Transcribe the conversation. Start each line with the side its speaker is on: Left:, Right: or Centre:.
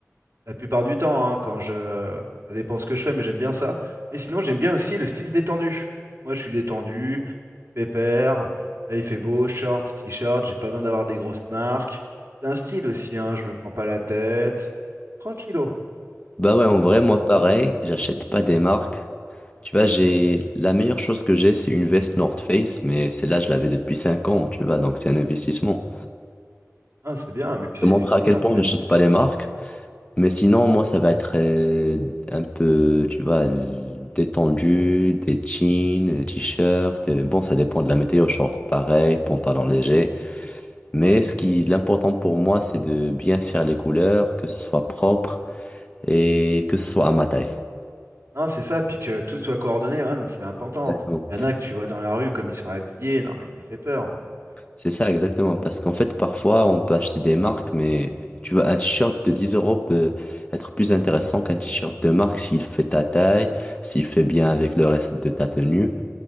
Right: la plupart du temps, hein, quand je... Ça dépend ce que je fais, mais j'aime bien ça. Mais sinon, j'aime bien aussi le style détendu. Moi, je suis détendu, pépère. Là, il fait beau, short, t-shirt, j'ai pas besoin d'avoir des grosses marques. C'est un style aussi, hein, je me prends pas la tête. Tranquillo, comme
Left: Bah ouais,
Right: on dit,
Left: en
Right: tranquille.
Left: vrai, moi pareil, j'achète pas des marques. Tu vois, j'ai la meilleure chose que j'ai, c'est une veste North Face, mais celle-là, je l'avais depuis 5 ans, tu vois, donc c'est un investissement.
Right: Hein, c'est bien, mais puis
Left: Je
Right: c'est
Left: te montrer
Right: du style,
Left: à quel
Right: North
Left: point
Right: Face.
Left: j'achète pas les marques, mais sinon, moi, ça va être euh, un peu, tu vois, l- détendu, des jeans, des t-shirts. euh, Bon, ça dépend de la météo, short pareil, pantalon léger. Mais ce qui, l'important pour moi, c'est de bien faire les couleurs, que ce soit propre et que ce soit à ma taille.
Right: Non, c'est ça, puis que tout soit coordonné, ouais, mais c'est important.
Left: Exactement.
Right: Il y en a que tu vois dans la rue comme ils sont habillés, non mais ça fait peur. Euh,
Left: C'est ça, exactement. Parce qu'en fait, parfois, on peut acheter des marques, mais tu vois, un t-shirt de 10 euros peut être plus intéressant qu'un t-shirt de marque s'il fait ta taille, s'il fait bien avec le reste de ta tenue.